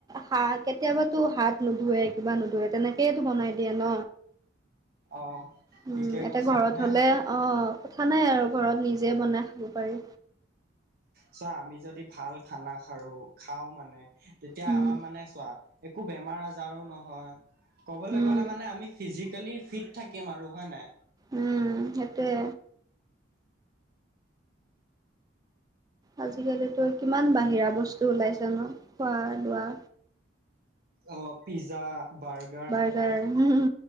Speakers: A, on the right; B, on the right.
A: হ- কেতিয়াবাতো হাত নোধুুৱে কিবা নুধু তেনেকেইটো বনাই দিয়ে ন,
B: অ
A: উম,
B: ঠিকে
A: এতিয়া
B: কৈছা
A: ঘৰত
B: মানে
A: হ'লে অ, কথা নাই আৰু ঘৰত নিজে বনাই খাব পাৰি।
B: চোৱা আমি যদি ভাল খানা খাৰো, খাওঁ মানে তেতিয়া
A: উম
B: আমাৰ মানে চোৱা একো বেমাৰ- আজাৰো নহয়, ক'বলৈ
A: উম
B: গ'লে মানে আমি ফিজিকেলি ফিট থাকিম আৰু হয় নে নাই।
A: উম, সেইটোয়ে। আজিকালিতো কিমান বাহিৰা বস্তু ওলাইছে ন খোৱা লোৱা।
B: অ, পিজ্জা বাৰ্গ
A: বাৰগাৰ উম,